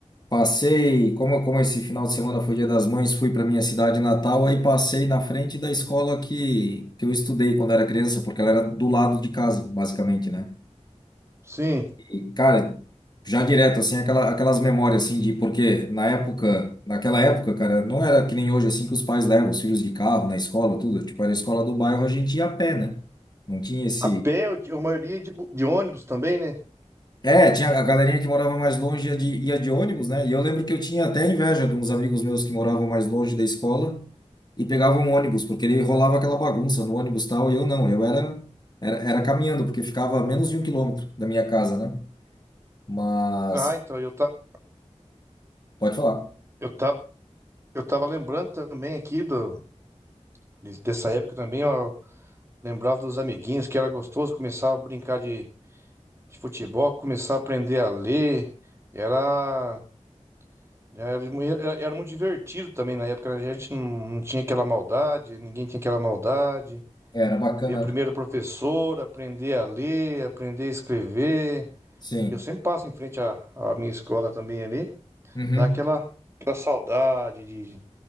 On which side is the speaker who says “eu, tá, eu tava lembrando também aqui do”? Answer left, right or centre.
Right